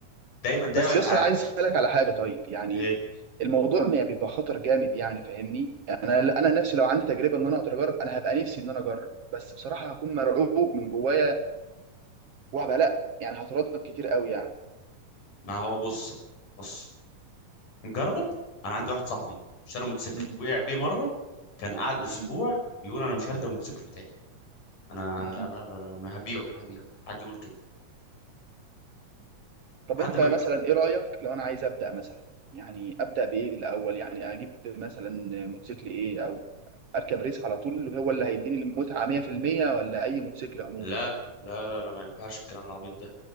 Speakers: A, on the left; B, on the right.
A: دايما دايما
B: بس يس أنا
A: آه،
B: عايز اسالك على حاجه طيب يعني
A: إيه،
B: الموضوع ما بيبقى خطر جامد يعني فاهمني انا انا نفسي لو عندي تجربه ان انا اقدر اجرب انا هبقى نفسي ان انا اجرب بس بصراحه هكون مرعوب من جوايا وهبقى لا يعني هتردد كتير قوي يعني
A: ما هو بص بص نجرب انا عندي واحد صاحبي اشترى موتوسيكل
B: امم
A: وقع بيه مره كان قاعد اسبوع
B: امم
A: بيقول انا مش هركب الموتوسيكل بتاعي. انا
B: امم
A: لا لا لا لا ما هبيعه هبيعه حد يقول كده
B: طب
A: حد
B: انت
A: ما
B: مثلا
A: ج-
B: ايه رايك لو انا عايز ابدا مثلا يعني ابدا بايه الاول يعني اجيب مثلا موتوسيكل ايه او اركب ريس على طول اللي هو اللي هيديني المتعه 100% ولا اي موتوسيكل عموما
A: لا لا لا لا ما ينفعش الكلام العبيط ده